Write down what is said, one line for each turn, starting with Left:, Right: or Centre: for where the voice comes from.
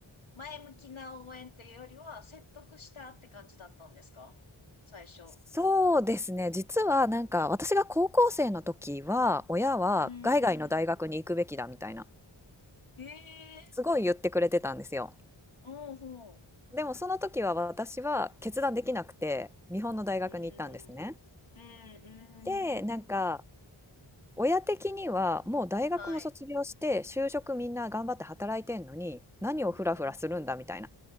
Left: 前向きな応援というよりは、説得したって感じだったんですか最初。
Centre: そうですね。実はなんか私が高校生の時は親は海外の大学に行くべきだみたいな
Left: うん、へえ、
Centre: すごい言ってくれてたんですよ。
Left: おうほ
Centre: でもその時は私は決断できなくて日本の大学に行ったんですね。
Left: う。うん、うん、うん。
Centre: で、なんか親的にはもう大学も卒業して就職みんな頑張って働いてんのに何をフラフラするんだみたいな。
Left: はい。うん。